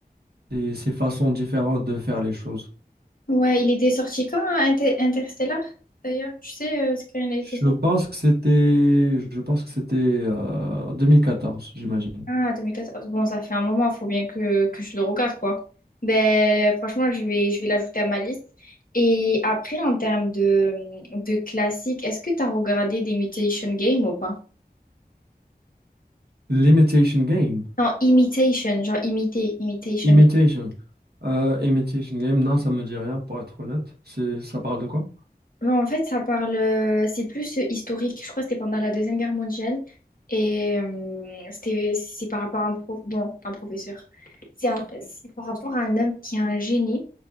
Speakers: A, on the right; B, on the left.
A: ses ses façons différentes de faire les choses.
B: Ouais, il était sorti quand, hein, Inter- Interstellar? D'ailleurs, tu sais, euh, c'est quand il a été
A: Je
B: sorti.
A: pense que c'était, je pense que c'était euh, deux mille quatorze, j'imagine.
B: Ah, 2014. Bon, ça fait un moment, faut bien que, que je le regarde, quoi. Ben, franchement, je vais, je vais l'ajouter à ma liste. Et après, en termes de, de classique, est-ce que tu as regardé des Mutation Game ou pas?
A: L'Imitation Game.
B: Non, imitation, genre imiter, imitation
A: Imitation. Euh, Imitation Game, non, ça me dit rien, pour être honnête. C'est, ça parle de quoi?
B: Non, en fait, ça parle, euh, c'est plus euh, historique. Je crois que c'était pendant la Deuxième Guerre mondiale. Et euh, c'était, c'est par rapport à un prof, bon, un professeur. C'est un- c'est par rapport à un homme qui est un génie